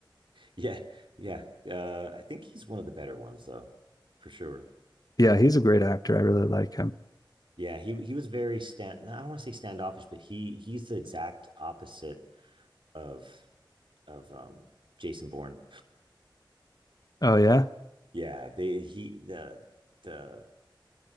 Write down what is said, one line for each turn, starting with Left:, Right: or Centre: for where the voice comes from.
Right: Yeah, yeah. Uh, I think he's one of the better ones, though, for sure.
Left: Yeah, he's a great actor. I really like him.
Right: Yeah, he he was very stand. no, I don't want to say standoffish, but he he's the exact opposite of of um Jason Bourne.
Left: Oh yeah.
Right: Yeah, they he the the